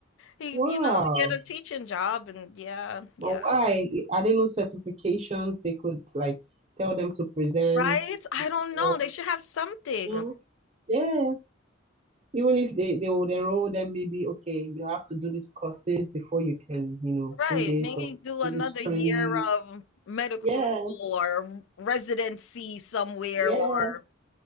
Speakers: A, on the left; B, on the right.
A: He,
B: wow.
A: you know, get a teaching job and yeah, yeah.
B: But why? Are there no certifications they could like tell them to present
A: Right? I
B: before?
A: don't know. They should have something.
B: No. Yes. Even if they, they would enroll them, maybe, okay, you have to do these courses before you can, you know,
A: Right.
B: do this
A: Maybe
B: or
A: do
B: do
A: another
B: this training.
A: year of medical
B: Yes.
A: school or residency somewhere
B: Yes.
A: or